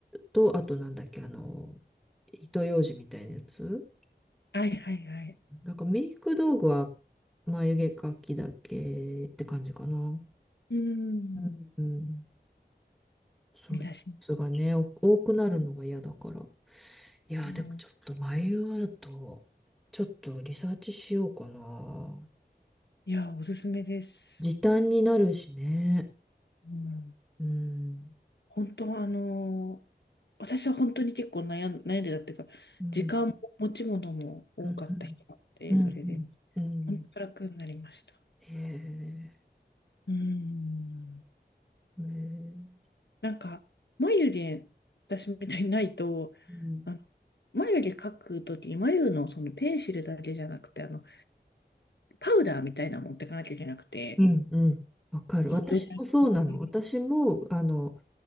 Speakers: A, in the centre; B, on the left (about 80°).
A: と、あとなんだっけ、あの、糸ようじみたいなやつ。
B: はいはいはい。
A: なんかメイク道具は眉毛描きだけって感じかな。
B: うん。
A: うん。うんそういうやつがね、
B: 見出し。
A: お多くなるのが嫌だから。いやー、
B: も
A: でもちょっと眉アート、ちょっとリサーチしようかな。
B: ういや、おすすめです。
A: 時短になるしね。
B: うん。
A: うん。
B: 本当はあのー私は本当に結構悩ん、悩んでたっていうか、
A: うん。
B: 時間も持ち物も多かった人なので、
A: うんうんうんうん。
B: それで、本当楽になりました。
A: へえ、
B: うん。
A: へえう
B: なんか、眉毛、私みたいにないと、
A: ん。
B: あの眉毛描くときに、眉のそのペンシルだけじゃなくて、あの、パウダーみたいなの持ってかなきゃいけなくて、
A: うんうん。わかる。
B: そのドライクリーム。
A: 私もそうなの。私も、あの、